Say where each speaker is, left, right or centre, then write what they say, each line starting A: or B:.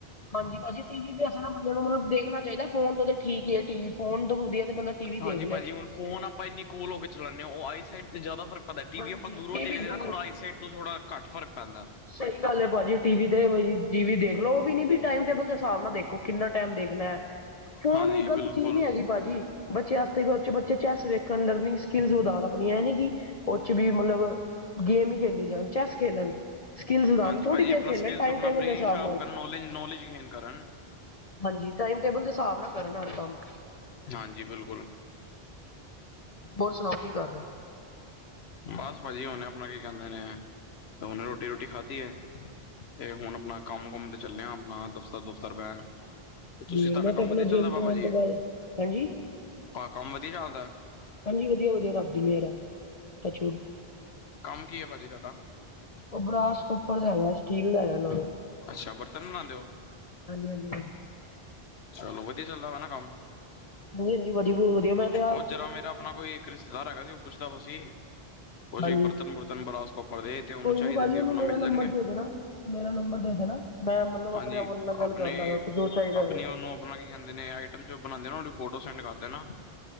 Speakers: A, on the left; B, on the left.
A: ਹਾਂਜੀ, ਭਾਜੀ ਟੀ ਵੀਸ ਨਾ ਬੰਦੇ ਨੂੰ ਮਤਲਬ ਦੇਖਣਾ ਚਾਹੀਦਾ। ਫੋਨ ਤੋਂ ਠੀਕ ਹੈ ਟੀ ਵੀ, ਫੋਨ ਤੋਂ ਵਧੀਆ ਤੇ ਬੰਦਾ ਟੀਵੀ
B: ਹਾਂਜੀ
A: ਦੇਖ ਲੇ।
B: ਭਾਜੀ, ਹੁਣ ਫੋਨ ਆਪਾਂ ਇੰਨੀ ਕੋਲ ਹੋ ਕੇ ਚਲਾਉਂਦੇ ਹਾਂ। ਉਹ ਆਈ ਸਾਈਟ ਤੇ ਜ਼ਿਆਦਾ ਫਰਕ ਪਤਾ ਟੀ
A: ਹਾਂਜੀ
B: ਵੀ ਆਪਾਂ ਦੂਰੋਂ
A: ਟੀਵੀ
B: ਦੇਖਦੇ
A: ਦੂਰ
B: ਨਾ, ਥੋੜਾ ਆਈਾਸਾਈਟ ਤੋਂ ਥੋੜਾ ਘਟ ਫਰਕ ਪੈਂਦਾ।
A: ਸਹੀ ਗੱਲ ਹੈ ਭਾਜੀ, ਟੀ ਵੀ ਤੇ ਜੀ ਵੀ ਦੇਖ ਲੋ, ਉਹ ਵੀ ਨੀ ਵੀ ਟਾਈਮ ਟੇਬਲ ਦੇ ਹਿਸਾਬ ਨਾਲ ਦੇਖੋ, ਕਿੰਨਾ ਟਾਈਮ ਦੇਖਣਾ। ਫੋਨ
B: ਹਾਂਜੀ
A: ਵੀ, ਗ਼ਲਤ
B: ਬਿਲਕੁਲ
A: ਚੀਜ਼ ਨਹੀਂ ਹੈਗੀ ਭਾਜੀ। ਬੱਚਿਆਂ ਵਾਸ ਬੱਚੇ ਚੈਸ ਵੇਖਣ, ਲਰਨਿੰਗ ਸਕਿਲ ਵਧਾਉਣ ਆਪਣੀ, ਆਂ ਨੀ ਕਿ ਉਹ ਚ' ਵੀ ਮਤਲਬ ਗੇਮ ਹੀ ਖੇਲੀ ਜਾਣ, ਚੈਸ ਖੇਡਣ। ਸਕਿੱਲਸ ਵਧਾਨ,
B: ਹਾਂਜੀ
A: ਥੋੜ੍ਹੀ
B: ਭਾਜੀ
A: ਦੇਰ
B: ਆਪਣਾ
A: ਖੇਲਣ,
B: ਸਕਿੱਲਸ
A: ਟਾਈਮ
B: ਆਪਣਾ
A: ਟੇਬਲ
B: ਬ੍ਰੇਨ
A: ਦੇ ਹਿਸਾਬ
B: ਸ਼ਾਰਪ
A: ਨਾਲ।
B: ਕਰਨ ਨੌਲੇਜ ਨੌਲੇਜ ਗੇਨ ਕਰਨ
A: ਹਾਂਜੀ, ਟਾਈਮ ਟੇਬਲ ਦੇ ਹਿਸਾਬ ਨਾਲ ਕਰਨ ਹਰ ਕੰਮ।
B: ਹਾਂਜੀ, ਬਿਲਕੁਲ।
A: ਹੋਰ ਸੁਣਾਓ ਕੀ ਕਰ ਰਹੇ?
B: ਬਸ ਭਾਜੀ ਹੁਣੇ ਆਪਣਾ, ਕੀ ਕਹਿੰਦੇ ਨੇ ਆ ਹਨੇ ਰੋਟੀ-ਰੋਟੀ ਖਾਧੀ ਐ, ਤੇ ਹੁਣ ਆਪਣਾ ਕੰਮ-ਕੁਮ ਤੇ ਚੱਲੇਆ ਆਪਣਾ ਸਗੋ ਸਰਵੈਨ, ਤੁਸੀਂ
A: ਜੀ
B: ਧਾਡਾ
A: ਮੈਂ ਤੇ
B: ਕੰਮ
A: ਆਪਣਾ
B: ਵਦੀਆ
A: ਜਿੰਮ
B: ਚੱਲਦਾ
A: ਤੋਂ
B: ਬਾਬਾ
A: ਆਉਣ
B: ਜੀ?
A: ਤੋਂ ਬਾਅਦ ਹਾਂਜੀ
B: ਭਾ ਕੰਮ ਵਦੀਆ ਚੱਲਦਾ ਐ?
A: ਹਾਂਜੀ ਵਦੀਆ-ਵਦੀਆ ਰੱਬ ਦੀ ਮੇਰ ਆ, ਟਚ ਵੁਡ।
B: ਕੰਮ ਕੀ ਆ ਭਾਜੀ ਧਾਡਾ?
A: ਓਬਰਾਸ ਕੋਪਰ ਦਾ ਹੈਗਾ ਸਟੀਲ ਦਾ ਹੈਗਾ ਨਾਲ।
B: ਅੱਛਾ ਬਰਤਨ ਬਨਾਦੇ ਓ?
A: ਹਾਂਜੀ ਹਾਂਜੀ
B: ਚਲੋ ਵਦੀਆ ਚੱਲਦਾ ਵਾ ਨਾ ਕੰਮ
A: ਹਾਂਜੀ ਹਾਂਜੀ ਵਧੀਆ ਬਹੁਤ ਵਧੀਆ ਮੈਂ ਤੇ ਆਪ
B: ਓ ਜਰਾ ਮੇਰਾ ਆਪਣਾ ਕੋਈ ਕਰੀਸਦਾਰ ਹੈਗਾ ਸੀ ਓ ਪੁੱਛਦਾ ਬ ਸੀ, ਕੁਛ
A: ਹਾਂਜੀ
B: ਬਰਤਨ-ਬੁਰਤਨ ਬਰਾਸ ਕੋਪਰ ਦੇ ਤੇ ਉਹਨੂੰ
A: ਕੋਈ
B: ਚਾਹੀਦੇ
A: ਨੀ ਭਾਜੀ
B: ਸੀ
A: ਓਨੂੰ
B: ਆਪਣਾ
A: ਮੇਰਾ
B: ਮਿਲ
A: ਨੰਬਰ
B: ਜਾਣਗੇ
A: ਦੇ ਦੇਣਾ, ਮੇਰਾ ਨੰਬਰ ਦੇ ਹਨਾ ਮੈਂ ਮਲਬ
B: ਹਾਂਜੀ
A: ਅਪਨੇ ਆਪ ਓਦੇ ਨਾਲ ਗਾਲ
B: ਆਪਣੇ
A: ਕਾਰ ਲਾਂਗਾ ਜੋ ਚਾਈਦਾ
B: ਆਪਣੀ
A: ਹੋਏਗਾ।
B: ਉਹਨੂੰ ਆਪਣਾ ਕੀ ਕੈਂਦੇ ਨੇ ਆਈਟਮ ਜੋ ਬਨਾਂਦੇ ਓ ਨਾ ਓਦੀ ਫੋਟੋ ਸੈਂਡ ਕਾਰ ਦੇਨਾ।